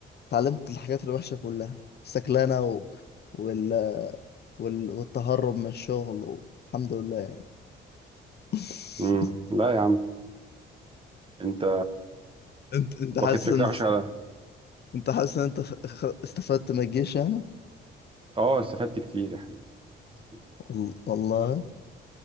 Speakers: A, on the left; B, on the right.
A: اتعلمت الحاجات الوحشة كلها السكلانة و... وال... وال... والتهرب من الشغل و... الحمد لله يعني. <laughs>
B: امم لا يا عم انت
A: انت انت
B: واخد
A: حاسس
B: فكرة
A: ان
B: وحشة على
A: انت حاسس ان انت خ- استفدت من الجيش يعني
B: اه استفدت كتير يا حبيبي استفدت كتير
A: وال- والله